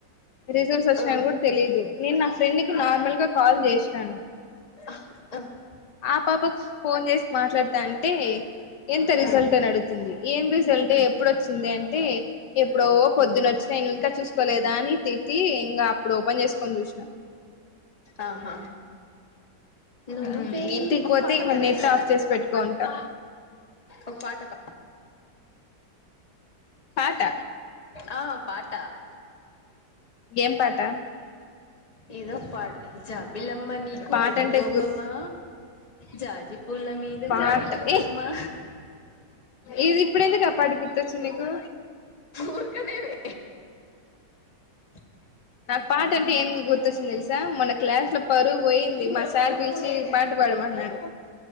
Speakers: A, on the left; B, on the left.
A: రిజల్ట్స్ ఒచ్చినాయని
B: ఆ
A: గూడ తెలీదు నేను నా ఫ్రెండ్ కి నార్మల్ గా కాల్ చేశ్నను.
B: <unintelligible>
A: ఆ పాపకు ఫోన్ చేసి మాట్లాడతాంటే ఎంత రిజల్ట్
B: ఉమ్
A: అని అడుగుతుంది ఏం రిజల్టే ఎప్పుడోచ్చిందే అంటే ఎప్పుడో పొద్దునొచ్చినయ్
B: ఉమ్
A: నువ్ ఇంకా చూసుకోలేదా అని తిట్టీ ఇంగా అప్పుడోపన్ జేసుకొన్ చూష్ణ
B: ఆహా నువ్వే
A: మ్ ఇంటికి
B: ఒక
A: పోతే
B: పాట
A: ఇంక
B: పాడొచ్చు
A: నెట్
B: కదా
A: ఆఫ్ చేసి పెట్టుకోంటా
B: ఒక పాట బ
A: పాట
B: ఆ పాట
A: ఏం పాట
B: ఏదో ఒక పాడ్వే జాబిలమ్మ నీకు
A: పాట
B: అంత
A: అంటే
B: కోపమా
A: గుర్
B: జాజి పూల మీద
A: పాట
B: జాలి చూ
A: ఏ
B: పుమా
A: ఇది ఇప్పుడెందుకా పాట గుర్తొచ్చింది నీకూ
B: ఊరకనేవే <inaudible>
A: నాకు పాటంటే ఏం గు గుర్తొస్తుంది తెలుసా మొన్న క్లాస్ లో పరువు పోయింది మా సార్ పిలిచి పాట పాడమ న్నాడు